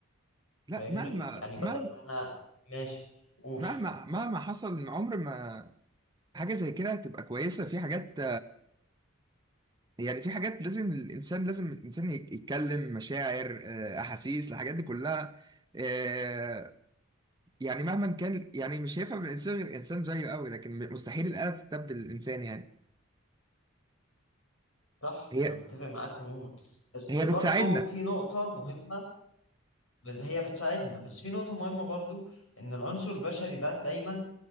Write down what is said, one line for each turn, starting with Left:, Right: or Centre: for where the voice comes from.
Right: لا
Left: فاهمني
Right: مهما
Left: يعني بدل
Right: مهما
Left: ما انا ماشي قول
Right: مهما مهما حصل من عمر ما حاجه زي كده هتبقى كويسه في حاجات يعني في حاجات لازم الانسان لازم الانسان يك- يتكلم مشاعر آه، احاسيس الحاجات دي كلها آه، يعني مهما كان يعني مش هيفهم الانسان غير انسان زيه قوي لكن مستحيل الاله تستبدل الانسان يعني
Left: صح
Right: هي
Left: انا متفق معاك عموما بس
Right: هي
Left: برضو
Right: بتساعدنا
Left: في نقطة مهمة بس- هي بتساعدنا بس في نقطة مهمة برضو ان العنصر البشري ده دايما